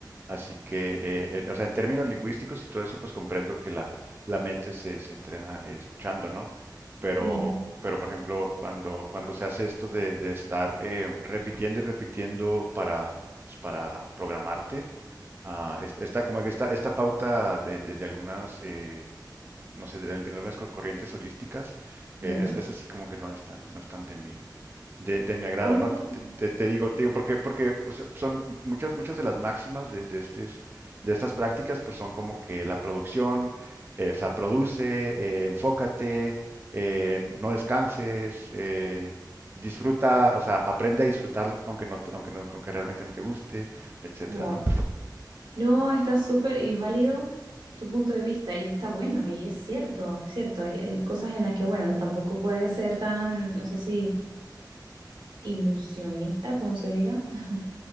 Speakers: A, on the right; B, on the right.
A: Así que, eh, eh, o sea, en términos lingüísticos y todo eso, pues comprendo que la, la mente se, se entrena eh, escuchando, ¿no? Pero,
B: Bien,
A: pero, por ejemplo, cuando, cuando se hace esto de, de estar eh, repitiendo y repitiendo para, pues, para programarte, ah, es- esta, como que esta, esta pauta de, de- de algunas... eh, no sé, el tener unas cor- corrientes holísticas,
B: ya.
A: eh, es, es así como que no es tan, no es tan de mi, de, de mi agrado,
B: Oh, mira.
A: ¿no? Te, te- te digo, te digo porque, porque o sea, son muchas, muchas de las máximas de, de, estes- de estas prácticas, pues son como que la producción, eh, o sea, produce, eh, enfócate, eh, no descanses, eh, disfruta, o sea, aprende a disfrutar aunque no te- aunque no- aunque realmente no te guste, etcétera,
B: Wow.
A: ¿no?
B: No, está súper y válido tu punto de vista y está bueno y es cierto, es cierto. Hay, hay cosas en las que, bueno, no, tampoco puede ser tan, no sé si ilusionista, como se diga. <laughs>